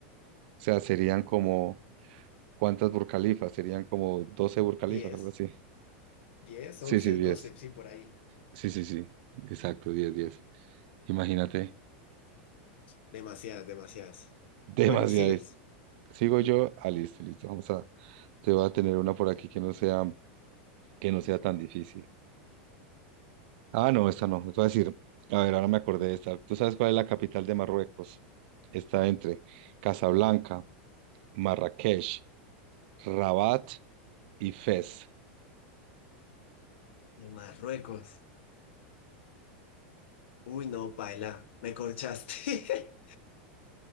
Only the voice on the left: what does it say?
diez
diez
once
doce sí, por ahí.
Demasiadas, demasiadas.
Bueno, sigues.
De Marruecos. Uy, no, paila, me corchaste.